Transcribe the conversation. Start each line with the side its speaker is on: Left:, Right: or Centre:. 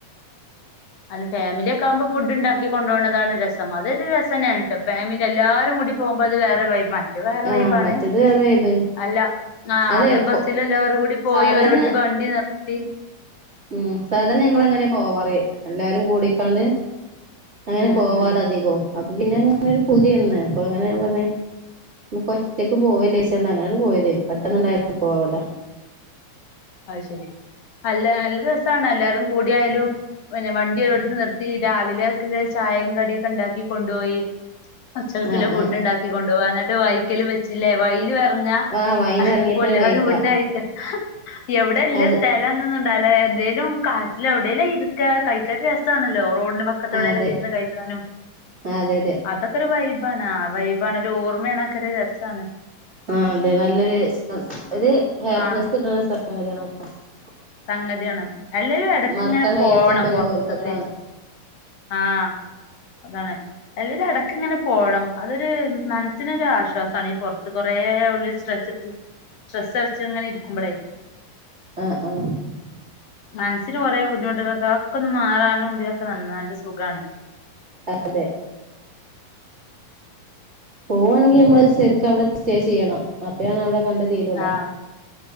Left: അല്ല ഫാമിലിയ ഒക്കെകുമ്പോൾ ഫുഡ് ഉണ്ടാക്കി കൊണ്ട പോകണതാണ് രസം. അതൊരു രസംനെയാണ് കേട്ടോ ഫാമിലി എല്ലാരും കൂടി പോകുമ്പോ അത് വേറെ വൈബാണ്. അത്‌വേറെ
Right: ആഹ്
Left: വൈബാണ്
Right: മറ്റത് വേറെ വൈബ്
Left: അല്ല ആ
Right: അല്ല
Left: അത്
Right: എപ്പോ
Left: ബസ്സിൽ എല്ലാവരും കൂടി പോയി
Right: സാധാരണ
Left: ഓരോടുത്ത് വണ്ടി നിർത്തി <unintelligible>
Right: ഉം സാധാരണ ഞങ്ങ ൾഅങ്ങനെ പോവാറ്എല്ലാരും കൂടിക്കൊണ്ട് അങ്ങനെ
Left: ഉം
Right: പോവാറധികോ
Left: ഉം
Right: അപ്പൊ പിന്നെ അങ്ങന ഒരു പുതിയന്ന അപ്പൊ അങ്ങനെ ഞാൻ പറഞ്ഞ നമുക്ക് ഒറ്റക്ക് പോവല്ലേച്ചണ്ട അങ്ങനെയാണ് പോയതാപെട്ടന്നുണ്ടായി പോവല.
Left: അത് ശെരി അല്ല നല്ല രസണ് എല്ലാരും കൂടിയായാലും പിന്നെ വണ്ടിരടുത്ത് നിർത്തി രാവിലെക്ക ചായയും കടിയൊക്കെ ഉണ്ടാക്കി കൊണ്ടുപോയി. പച്ചക്കില
Right: ആഹ്
Left: ഫുഡ്
Right: ആഹ്
Left: ഉണ്ടാക്കിക്കൊ <unintelligible> വയിക്കല് വച്ചില്ലെ വയി ലും എർങ്ങാ
Right: ആഹ് വയലിറങ്ങിട്ട്
Left: <unintelligible> എല്ലാരും
Right: കഴിക്കാം
Left: ഫുഡയിക്കാ എവിടെല്ല
Right: അത്
Left: സ്ഥലംന്നൊന്ന ഇണ്ടാലേ എന്തേലും കാട്ടിൽ എവിടേലും ഇരിക്കാ കയ്ക്കാനരു ആണല്ലോ റോഡിന് വക്കത്തവിടെലൊക്കെ
Right: ആഹ് അതെ
Left: ഇന്ന് കഴിക്കാനും
Right: ആഹ് അതെ അതെ
Left: അതൊക്കെ ഒരു വൈബ് ഇപ നാൾ വൈബ ആണ് ഒരു ഓർമ്മയണക്ക രസം അതാണ്.
Right: ആഹ അതെ നല്ലൊരു സ് ഒര് ഹാപ്പിനെസ്
Left: ആ
Right: കിട്ടണ സ്ഥലം <unintelligible>
Left: സംഗതിയാണ്. എല്ലല്ലും ഇടക്ക്ഇങ്ങനെ
Right: മറക്കാൻ
Left: പോവണം
Right: കഴിയാത്തൊക്കെ ഒരു
Left: പുറത്തൊക്കെ
Right: ഓർമ്മകളാണ്
Left: ആഹ് അതാണ് അല്ലിൽ ഇടക്ക് ഇങ്ങനെ പോകണം. അതൊരു മനസ്സിനൊരു ആശ്വാസമാണ് ഈ പുറത്ത് കൊറെേ ഉള്ള സ്ട്രെസ്സ് സ്ട്രെസ് അരച്ച് ഇങ്ങനെ ഇരിക്കുമ്പോഴേ
Right: ആഹ് ആഹ്
Left: മൻസില് കൊറേ ബുദ്ധിമുട്ടുകളൊക്കെ അതൊക്കൊന്ന് മാറാനും ഇ വന്നാൽ സുഖാണ്
Right: അ തെ പോവാണെങ്കിൽ നമ്മള് സരിക്കവിടെ സ്റ്റേ ചെയ്യണം അപ്പഴാണ് അവിടെ കണ്ടു തീരൊള്ളൂ
Left: ആഹ്